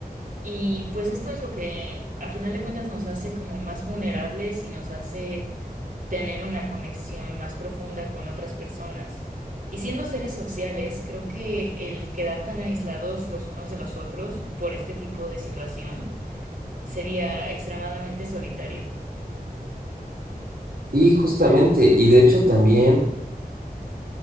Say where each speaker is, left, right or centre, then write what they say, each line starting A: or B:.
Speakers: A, on the right; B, on the right.
A: Y pues esto es lo que a final de cuentas nos hace como más vulnerables y nos hace tener una conexión más profunda con otras personas. Y siendo seres sociales, creo que el quedar tan aislados los unos de los otros por este tipo de situación sería extremadamente solitario.
B: Sí, justamente. Y de hecho también